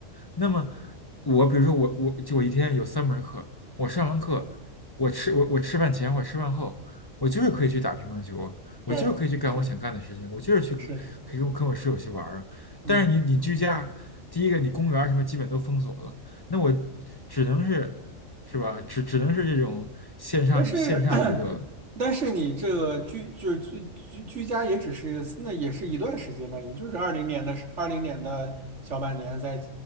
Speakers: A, on the left; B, on the right.
A: 那么我比如说我我就我一天有三门课，我上完课，我吃我我吃饭前我吃饭后。我就是可以去打乒乓球，我就是可以去干我想干的事情，
B: 对，是
A: 我就是去可以跟我跟我室友去玩儿。
B: 是的，嗯。
A: 但是你你居家，第一个你公园儿什么基本都封锁了，那我只能是是吧？只只能是这种线上与线上娱乐了。
B: 但是，<clears throat> 但是你这个居就是居居居家也只是那也是一段时间吧，也就是二零年的二零年的小半年再，